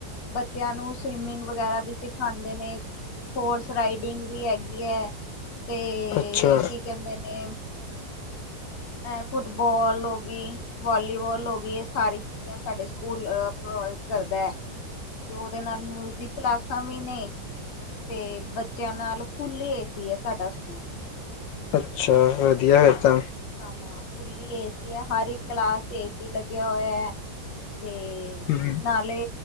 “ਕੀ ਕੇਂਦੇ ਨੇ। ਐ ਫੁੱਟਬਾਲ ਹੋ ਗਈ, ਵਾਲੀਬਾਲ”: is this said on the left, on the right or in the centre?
Left